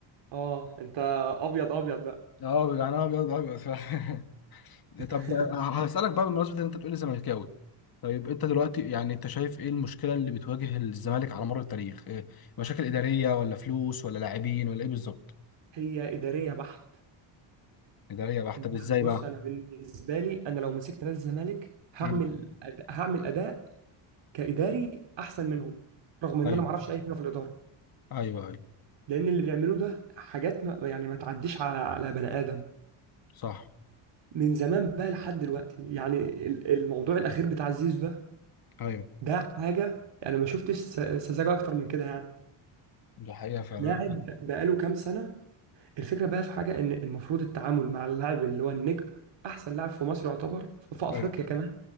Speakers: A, on the right; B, on the left.
A: اه انت ابيض ابيض بقى
B: اه يعني انا ابيض ابيض فعلا.
A: <laughs>
B: <laughs> طب آه، هسالك بقى بمناسبه ان انت بتقولي زملكاوي طيب انت دلوقتي يعني انت شايف ايه المشكله اللي بتواجه الزمالك على مر التاريخ إيه مشاكل اداريه ولا فلوس ولا لاعبين ولا ايه بالظبط
A: هي ادارية بحت
B: اداريه بقى
A: انت
B: طب ازاي
A: أنا بص
B: بقى
A: انا بالنسبة لي انا لو مسكت نادي الزمالك هعمل
B: مم.
A: أد... هعمل اداء كاداري احسن منهم رغم ان
B: ايوه
A: انا ما اعرفش اي حاجة في الادارة
B: ايوه ايوه
A: لان اللي بيعملوه ده حاجات ما... يعني ما تعديش على على بني ادم
B: صح
A: من زمان بقى لحد دلوقتي يعني ال- الموضوع الاخير بتاع زيزو ده
B: ايوه
A: ده حاجه يعني ما شفتش س- سذاجه اكتر من كده يعني
B: دي حقيقة فعلا
A: لاعب بقاله كام سنه الفكره بقى في حاجه ان المفروض التعامل مع اللاعب اللي هو النجم احسن لاعب في مصر يعتبر في افريقيا
B: أيوة
A: كمان